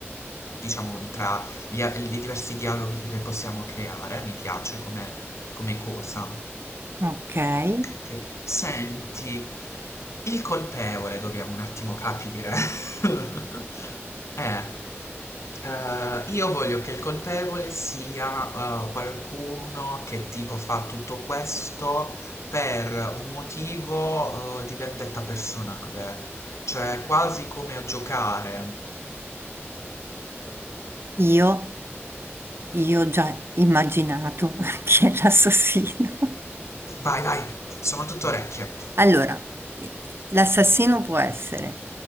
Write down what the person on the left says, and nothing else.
diciamo, tra gli, a- i diversi dialoghi che possiamo creare, mi piace come, come cosa.
Ok. Senti, il colpevole dobbiamo un attimo capire. <laughs> Eh, eh, io voglio che il colpevole sia eh, qualcuno che tipo fa tutto questo per un motivo eh, di vendetta personale, cioè quasi come a giocare.
Vai, vai, sono tutto orecchie.